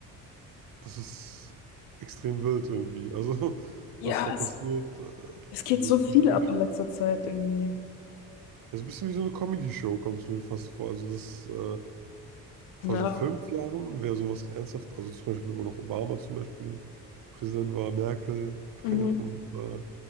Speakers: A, on the right; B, on the left.
A: das ist extrem wild irgendwie. Also, <laughs>
B: Ja,
A: was da passiert,
B: es,
A: äh,
B: es geht
A: also
B: so viel
A: das ist eigentlich,
B: ab in letzter Zeit irgendwie.
A: ja, so ein bisschen wie so eine Comedy-Show, kommst du mir fast vor. Also, das äh, vor
B: Ja.
A: so fünf Jahren wäre sowas ernsthaft, also zum Beispiel, wo noch Obama zum Beispiel Präsident war, Merkel,
B: Mhm.
A: <laughs> und äh,